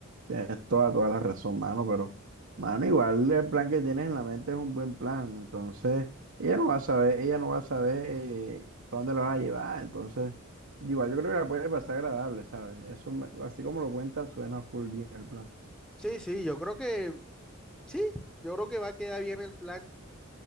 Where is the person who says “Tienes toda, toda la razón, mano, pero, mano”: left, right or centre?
Right